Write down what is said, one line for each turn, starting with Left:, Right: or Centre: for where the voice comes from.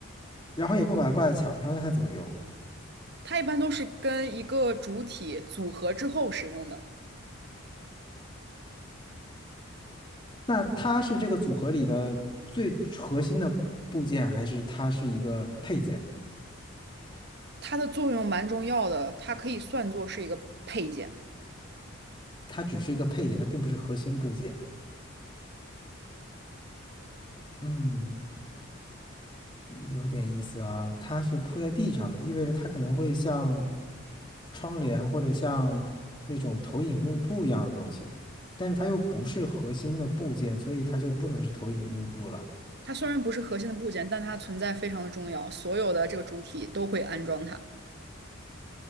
Left: 然后也不把它挂在墙上，那它怎么用？
Right: 它一般都是跟一个主体组合之后使用的。
Left: 那它是这个组合里的最核心的部件，还是它是一个配件？
Right: 它的作用蛮重要的，它可以算作是一个配件。
Left: 它只是一个配件，它并不是核心部件。嗯有点意思啊，它是铺在地上的，意味着它可能会像窗帘或者像那种投影幕布一样的东西，但是它又不是核心的部件，所以它就不能是投影幕布了。
Right: 它虽然不是核心的部件，但它存在非常的重要，所有的这个主体都会安装它。